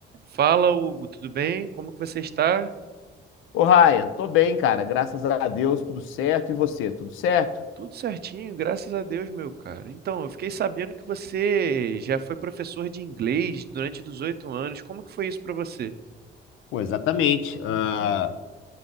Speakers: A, on the right; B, on the left.
A: Fala, Hugo, tudo bem? Como que você está?
B: Ô, Ryan, tô bem, cara. Graças a Deus, tudo certo. E você, tudo certo?
A: Tudo certinho, graças a Deus, meu cara. Então, eu fiquei sabendo que você já foi professor de inglês durante 18 anos. Como que foi isso para você?
B: Pô, exatamente. Ah,